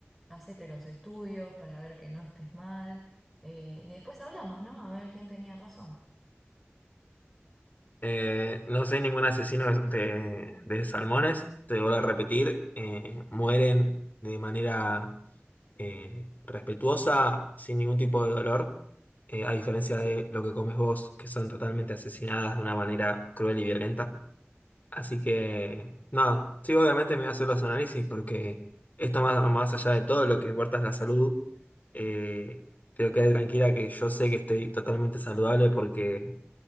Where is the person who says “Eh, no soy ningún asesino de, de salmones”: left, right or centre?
Left